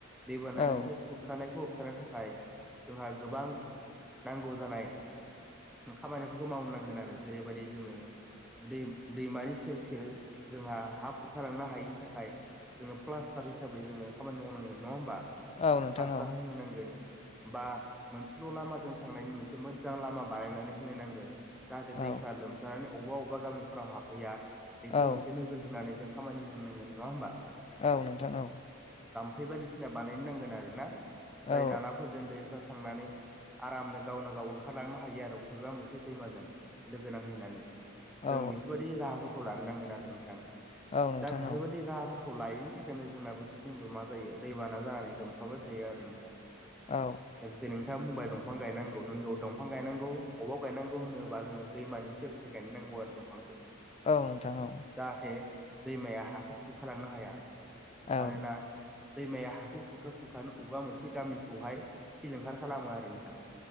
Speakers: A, in the centre; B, on the left.
A: दैबानानिफ्राय
B: औ
A: खुरखानायखौ होबथानो थाखाय जोंहा गोबां नांगौ जानाय खामानिफोरखौ मावनो नांगोन आरो। जेरैबायदि जोङो दै दैमानि सेर सेर जोंहा हा खुरखालांनो हायैनि थाखाय जोङो प्लास्टार हिसाबै जोङो खामानि मावनांगोन नङा होमबा?
B: औ नोंथां
A: प्लास्टार
B: औ
A: होनो नांगोन। बा मोनसेल लामाजों थांनायनि मोनसे मोजां लामा बानायनानै होनो नांगोन। जाहाथे
B: औ
A: दैफ्रा लोमजानानै अबा अबा गामिफोराव हाबहैया बेखौ
B: औ
A: मोनसे नोजोर होनानै जों खामानि मावनांगोन नङा होमबा?
B: औ नोंथां औ।
A: बेै बायदिसिना बानायनो नांगोन आरो ना जाय
B: औ
A: नालाफोरजों दैफ्रा थांनानै आरामनो गावनो गाव ओंखारलांनो हायो आरो अबेबा मोनसे दैमाजों। लोगो नांहैनानै
B: औ
A: जों बेफोरबायदि राहाफोरखौ लानो नांगोन आरो नोंथां।
B: औ नोंथां
A: दा बेफोरबायदि राहाफोर खौ लायैनि थाखायनो जोंना बोसोरफ्रबो मा जायो दैबाना जानानै लोमसावबाय थायो आरो नोंथां।
B: औ
A: लोगोसे नोंथाङा बुंबाय दंफां गायनांगौ नों बेयाव दं दंफां गायनांगौ अबाव गायनांगौ होनोबा जोङो दैमानि सेर सेर गायनांगौ आरो दंफांखौ।
B: औ नोंथां औ।
A: जाहाथे दैमाया हाखौ खुरखालांनो हाया।
B: औ
A: मानोना दैमाया हाखौ खुरखा खुरखानो अबेबा मोनसे गामिखौहाय सिलिंखार खालामो आरो नोंथां।